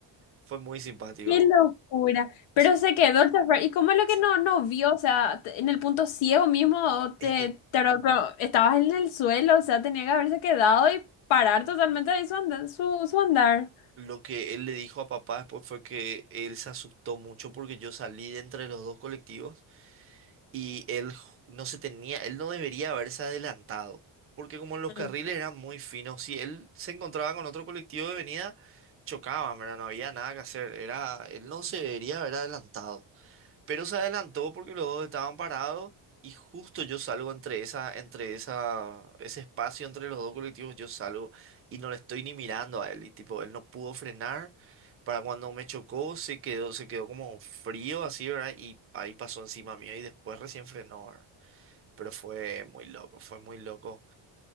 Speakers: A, on the right; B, on the left.
A: Fue muy simpático.
B: Qué locura. Pero
A: Sí,
B: se quedó el chofer. ¿Y cómo es lo
A: sí.
B: que no, no vio? O sea, te- en el punto ciego mismo,
A: Es
B: te,
A: que
B: te ro- pero estabas en el suelo, o sea, tenía que haberse quedado y parar totalmente ahí su andar. Su, su andar.
A: lo que él le dijo a papá después fue que él se asustó mucho porque yo salí de entre los dos colectivos. y él ju- no se tenía, él no debería haberse adelantado, porque como los
B: Mm,
A: carriles eran muy finos, si él se encontraba con otro colectivo de venida, chocaban, ¿verdad? No había nada que hacer, era, él no se debería haber adelantado. Pero se adelantó porque los dos estaban parados y justo yo salgo entre esa, entre esa, ese espacio entre los dos colectivos, yo salgo y no le estoy ni mirando a él. Y tipo, él no pudo frenar. Para cuando me chocó, se quedó, se quedó como frío así, ¿verdad? Y ahí pasó encima mío y después recién frenó, ¿verdad? Pero fue muy loco, fue muy loco.